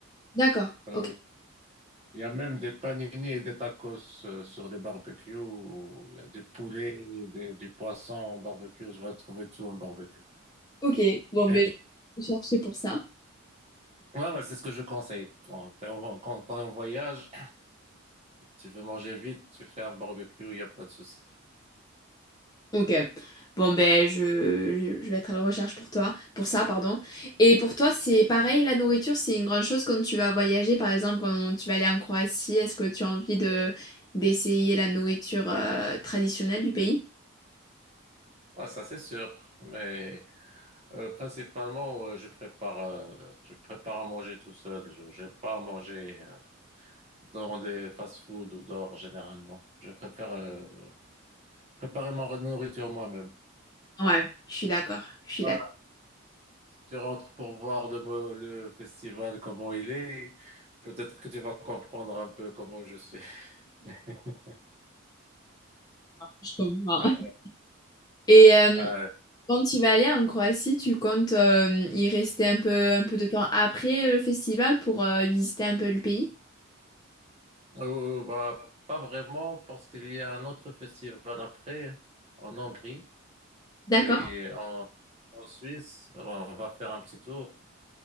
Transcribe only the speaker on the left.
D'accord,
ok.
Ok, bon,
ben, Je vais chercher pour ça.
Ok. Bon, ben, je, je, je vais être à la recherche pour toi, pour ça, pardon. Et pour toi, c'est pareil, la nourriture, c'est une grande chose quand tu vas voyager, par exemple, quand tu vas aller en Croatie, est-ce que tu as envie de d'essayer la nourriture euh, traditionnelle du pays?
Ouais, je suis d'accord, je suis
d'accord.
Je comprends.
<laughs> Et euh,
quand tu vas aller en Croatie, tu comptes euh, y rester un peu, un peu de temps après le festival pour euh, visiter un peu le pays?
D'accord.